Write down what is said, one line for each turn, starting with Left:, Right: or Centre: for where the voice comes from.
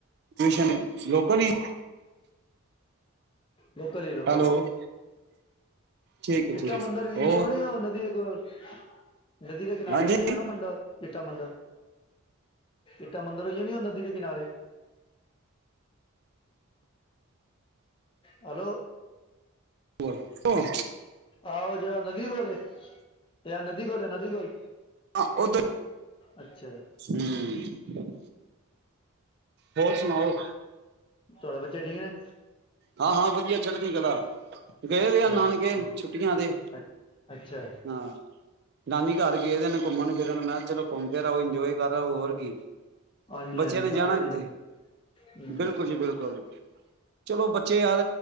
Right: ਸ਼ਨ ਲੋਕਲ ਹੀ
Left: ਲੋਕਲ ਜ ਲੋਕਲ
Right: ਹੈਲੋ
Left: ਹੀ
Right: ਠੀਕ ਹੈ
Left: ਚਿੱਟਾ
Right: ਠੀਕ
Left: ਮੰਦਿਰ ਵੀਰ
Right: ਹੋਰ
Left: ਜੀ ਉਹਣੀ ਨਦੀ ਦੇ ਕੋਲ ਨਦੀ ਦੇ ਕਿਨਾਰੇ
Right: ਹਾਂਜੀ
Left: ਹੀ ਹੋ ਨਾ ਮੰਡਾ ਇੱਟਾ ਮੰਦਿਰ ਇੱਟਾ ਮੰਦਿਰ ਹੋਆ ਨਹੀਂ ਉਹ ਨਦੀ ਦੇ ਕਿਨਾਰੇ ਹੈਲੋ
Right: ਹੋਣ ਹ
Left: ਆਹੋ ਜਿ ਨਦੀ ਕੋਲ ਯਾਰ ਨਦੀ ਕੋਲ ਨਦੀ ਕੋਲ
Right: ਹ ਉਧਰ
Left: ਅੱਛਾ
Right: ਹਮ ਹੋਰ ਸੁਣਾਓ
Left: ਤੁਹਾਡਾ ਬੱਚੇ ਠੀਕ ਨੇ
Right: ਹਾਂ ਹਾਂ ਵਧੀਆ ਛੱਡ ਗਈ ਗਲਾ ਗਏ ਦੇ ਆ
Left: ਹੂੰ
Right: ਨਾਨਕੇ ਛੁੱਟੀਆਂ ਤੇ
Left: ਅੱਛਾ ਅੱਛਾ
Right: ਹਾਂ ਨਾਨੀ ਘਰ ਗਏਦੇ ਨੇ ਘੁੰਮਣ ਫਿਰਨ ਮੈਂ ਕਿਹਾ ਚਲੋ ਘੁੰਮ ਫਿਰ ਆਓ ਇੰਜੋਏ ਕਰ ਹੋਰ ਕੀ
Left: ਹਾਂਜੀ
Right: ਬੱਚਿਆਂ
Left: ਹਾਂਜੀ
Right: ਨੇ
Left: ਸਾਰਿਆਂ
Right: ਜਾਣਾ ਕਿਥੇ
Left: ਹੂੰ
Right: ਬਿਲਕੁਲ ਜੀ ਬਿਲਕੁਲ ਚਲੋ ਬੱਚੇ ਯਾਰ